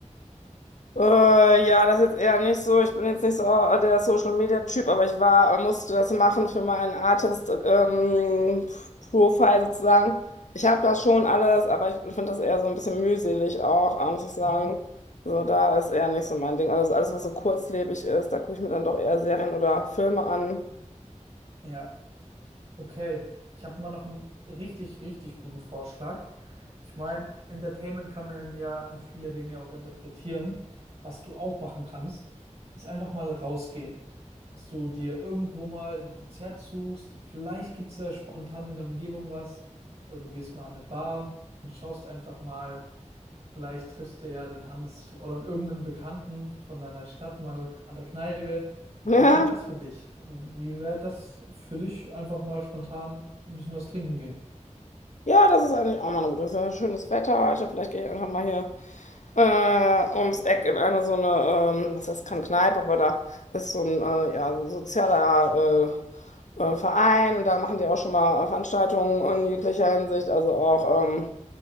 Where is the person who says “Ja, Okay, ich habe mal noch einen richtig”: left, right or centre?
Right